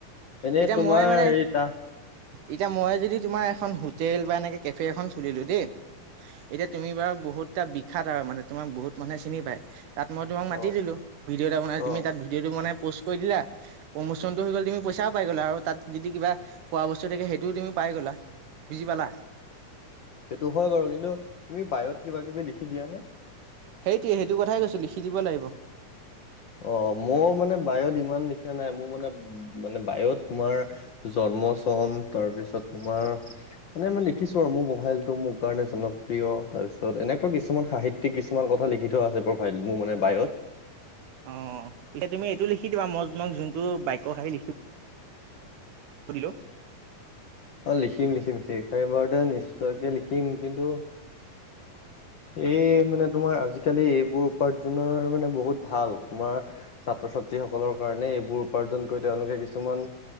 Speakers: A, on the left; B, on the right.
A: এনেই
B: এতিয়া
A: তোমাৰ
B: মই মানে
A: হেৰি তা
B: এতিয়া মই যদি তোমাৰ এখন হোটেল বা এনেকে কেফে এখন খুলিলো দেই এতিয়া তুমি বাৰু বহুতটা বিখ্যাত আৰু মানে তোমাক বহুত মানুহে চিনি পায় তাত মই তোমাক মাতি
A: অ
B: দিলো ভিডিঅ' এটা বনাই তুমি
A: অ
B: তাত ভিডিঅ'টো বনাই প'ষ্ট কৰি দিলা। প্ৰমোচনটো হৈ গ'ল তুমি পইচাও পাই গ'লা আৰু তাত যদি কিবা খোৱা বস্তু থাকে সেইটোও তুমি পাই গ'লা। বুজি পালা।
A: সেইটো হয় বাৰু কিন্তু তুমি বায়ত কিবা কিবি লিখি দিয়া নে।
B: সেইটোৱে সেইটো কথাই কৈছোঁ লিখি দিব লাগিব।
A: অ মোৰ মানে বায়ত ইমান নিখা নাই মোৰ মানে। মানে বায়ত তোমাৰ জন্ম চন তাৰপিছত তোমাৰ। মানে মই লিখিছো আৰু মোৰ পফাইলটো মোৰ কাৰণে জনপ্ৰিয় তাৰপিছত এনেকুৱা কিছুমান সাহি ত্যিক কিছুমান কথা লিখি থোৱা আছে প্ৰফাইল মোৰ মানে বায়ত।
B: অ এতিয়া তুমি এইটো লিখি দিবা মই যোনটো বাক্য শাৰী লিখিব। দিলো।
A: অ লিখিম লিখিম শেষাৰিবাৰতে নিশ্চয়কে লিখিম কিন্তু।
B: <unintelligible>
A: এই মানে তোমাৰ আজিকালি এইবোৰ উপাৰ্জনৰ মানে বহুত ভাল তোমাৰ। ছাত্ৰ- ছাত্ৰীসকলৰ কাৰণে এইবোৰ উপাৰ্জন কৰি তেওঁলোকে কিছুমান।